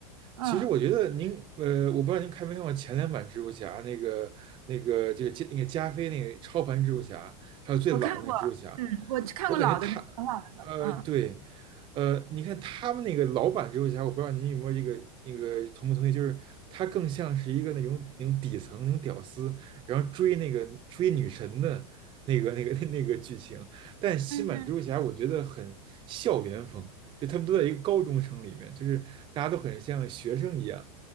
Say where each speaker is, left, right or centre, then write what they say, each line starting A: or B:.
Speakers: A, on the right (about 70°); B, on the right (about 25°).
A: 嗯，
B: 其实我觉得您，呃，我不知道您看没看过前两版蜘蛛侠，那个、那个、这个加那个加菲那个超凡蜘蛛侠，还有最老那个蜘蛛侠，
A: 我看过，嗯，我看过老的那很老的那个，
B: 我感觉他，呃，对，
A: 嗯
B: 呃，你看他们那个老版蜘蛛侠，我不知道您有没有这个那个同不同意，就是他更像是一个那种那种底层那种屌丝，然后追那个追女神的那个那个 <laughs> 那个剧情，但新版蜘蛛侠我觉得很校园风，
A: 嗯，
B: 就他们都在一个高中生里面，就是大家都很像学生一样。